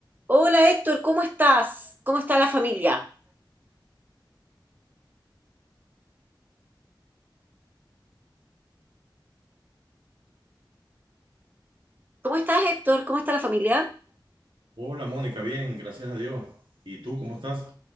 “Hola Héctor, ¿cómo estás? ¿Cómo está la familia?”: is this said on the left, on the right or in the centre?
Right